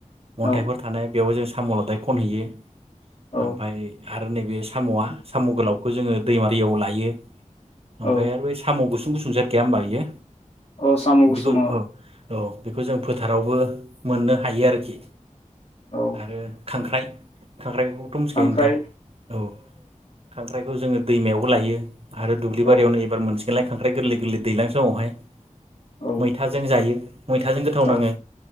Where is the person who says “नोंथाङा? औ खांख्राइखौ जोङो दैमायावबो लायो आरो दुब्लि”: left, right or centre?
Right